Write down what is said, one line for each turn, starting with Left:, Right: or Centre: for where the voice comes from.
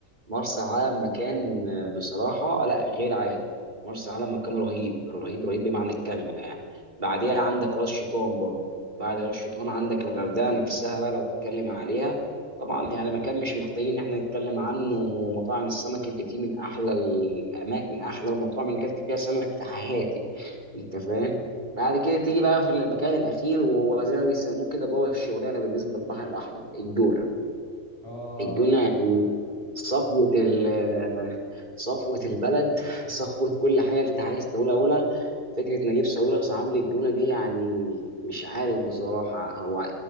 Right: مرسى علم مكان آه، بصراحه لا غير عادي مرسى علم مكان رهيب رهيب رهيب بمعنى الكلمه يعني بعديها عندك راس شيطان برضه بعد راس شيطان عندك الغردقه نفسها بقى لو تتكلم عليها طبعا يعني مكان مش محتاجين ان احنا نتكلم عنه مطاعم السمك اللي فيه من احلى الاماكن من احلى المطاعم اللي اكلت فيها سمك في حياتي انت فاهم بعد كده تيجي بقى في المكان الاخير وهو زي ما بيسموه كده بابا الشغلانه بالنسبه للبحر الاحمر الجونه
Left: اه
Right: الجونه يعني
Left: جونة
Right: صفوة
Left: جونة
Right: ال صفوة البلد صفوة كل حاجة أنت عايز تقولها قولها فكرة نجيب ساويرس عامل الجونة دي يعني مش عارف بصراحة هو